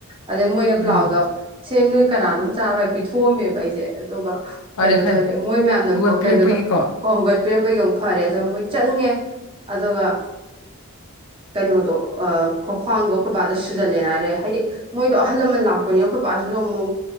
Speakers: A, on the right; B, on the left.
A: ꯑꯗꯩ ꯃꯣꯏꯅ
B: ꯎꯝ
A: ꯄ꯭ꯂꯥꯎꯗꯣ ꯁꯦ ꯅꯣꯏ ꯀꯅꯥꯅꯣꯝ ꯆꯥꯔꯣꯏ ꯄꯤꯊꯣꯛꯑꯝꯃꯦꯕ ꯑꯩꯁꯦ ꯑꯗꯨꯒ
B: ꯐꯔꯦ
A: ꯀꯩꯅꯣ
B: ꯐꯔꯦ
A: ꯇꯧꯔꯦ ꯃꯣꯏ ꯃꯌꯥꯝꯅ
B: ꯍꯧꯒꯠꯄꯤꯔꯛꯄꯒꯤꯀꯣ
A: ꯀꯩꯅꯣ ꯇꯧ ꯍꯧꯒꯠꯄꯤꯔꯛꯄꯒꯤ ꯑꯃꯨꯛ ꯐꯔꯦ ꯑꯗꯣ ꯃꯣꯏ ꯆꯠꯅꯤꯡꯉꯦ ꯑꯗꯨꯒ ꯀꯩꯅꯣꯗꯣ ꯈ꯭ꯋꯥꯡꯗꯣ ꯑꯩꯈꯣꯏꯕꯥꯗ ꯁꯨꯖꯜꯂꯦꯅ ꯍꯥꯏꯔꯦ ꯍꯥꯏꯗꯤ ꯃꯣꯏꯗꯣ ꯑꯍꯜ ꯂꯃꯟ ꯂꯥꯛꯄꯅꯦ ꯑꯩꯈꯣꯏ ꯄꯁꯤꯁꯨ ꯑꯃꯨꯛ